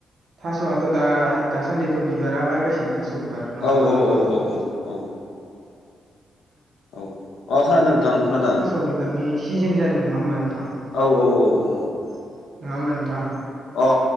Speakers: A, on the right; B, on the left.
A: थास'आथ' दा दासान्दिथ' बिबारा बारगासिनो थास' बिबार। नङा
B: औ
A: होमबा
B: औ
A: नोंथां
B: औ औ औ औ औ अ खोनादों। नोंथां खोनादों
A: थास' बिबारनि सिजोन जादों नङा होमबा नोंथां। नङा
B: औ औ औ
A: होमबा नोंथां।
B: अ